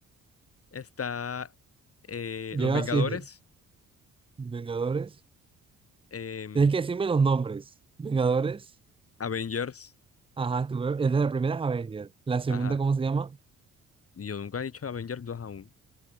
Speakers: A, on the left (about 50°); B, on the right (about 15°).
A: está eh,
B: lleva
A: Los Vengadores,
B: 7. Vengadores.
A: em,
B: Tienes que decirme los nombres. Vengadores.
A: Avengers,
B: Ajá, tú ve- es de la primera es Avengers. La segunda,
A: ajá.
B: ¿cómo se llama?
A: Yo nunca he dicho Avengers dos aún.